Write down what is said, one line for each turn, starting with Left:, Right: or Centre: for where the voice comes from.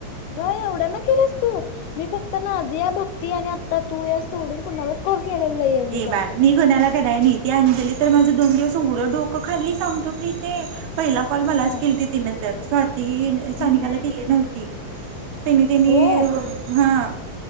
Left: ग एवढं ना केलंस तू मी फक्त नाझीया, भक्ती आणि आता तू या सोडून कुणालाच कॉल केलेला नाहीये मी
Right: ए बाळ मी कुणाला कराय नाही ती अंजली तर माझं दोन दिवस येवढ डोकं खाल्ली सांगतो प्रीते. पहिला कॉल मलाच
Left: हा
Right: केलती तिन तर सात. सानिकाला
Left: हम्म
Right: केली नव्हती त्यानी त्यांनी
Left: होय
Right: हा.